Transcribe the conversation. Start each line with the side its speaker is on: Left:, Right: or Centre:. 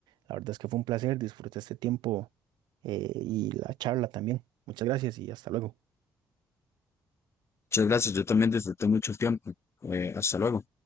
Right: La verdad es que fue un placer, disfruté este tiempo eh, y la charla también. Muchas gracias y hasta luego.
Left: Muchas gracias, yo también disfruté mucho el tiempo. Eh, hasta luego.